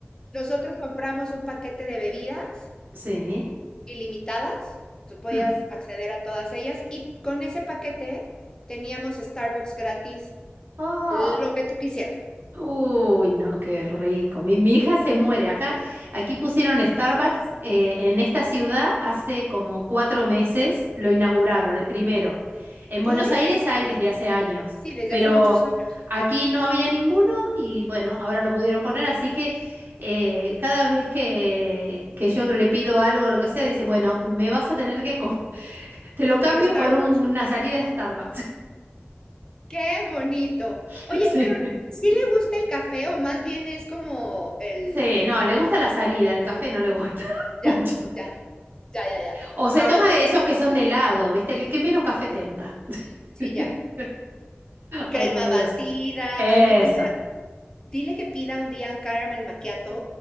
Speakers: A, on the left; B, on the right.
A: Nosotros compramos un paquete de bebidas
B: Sí.
A: ilimitadas, tú podías
B: Mm.
A: acceder a todas ellas y con ese paquete teníamos Starbucks gratis,
B: Ah,
A: lo que tú quisieras.
B: uy, no, qué rico. Mi, mi hija se muere. Acá, aquí pusieron Starbucks eh, en esta ciudad hace como cuatro meses, lo inauguraron, el primero. En
A: ¿Qué?
B: Buenos Aires hay desde hace años,
A: Sí, desde
B: pero
A: hace muchos años
B: aquí no había ninguno y bueno, ahora lo pudieron poner, así que eh, cada vez que, que yo le pido algo, lo que sea, dice, bueno, me vas a tener que comer Te lo
A: hubo
B: cambio
A: un Starbucks.
B: por un- una salida a Starbucks.
A: ¡Qué bonito!
B: <laughs>
A: Oye,
B: Sí.
A: pero ¿sí le gusta el café o más bien es como el...
B: Sí, no, le gusta la salida, el café no le gusta <laughs>
A: Ya,
B: mucho.
A: ya, Ya, ya, ya.
B: O se
A: Ahora,
B: toma
A: te-
B: de esos que son de helado, ¿viste? El que menos café tenga. <laughs>
A: sí, ya.
B: Alguno
A: Crema batida.
B: de esos. Eso.
A: Ay, que pida. Dile que pida un día un caramel macchiato.